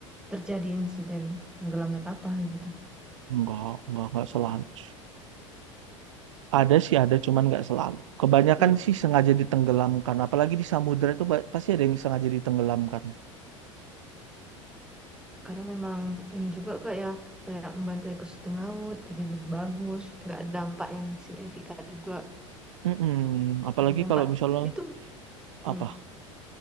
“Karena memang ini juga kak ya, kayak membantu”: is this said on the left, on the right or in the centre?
Centre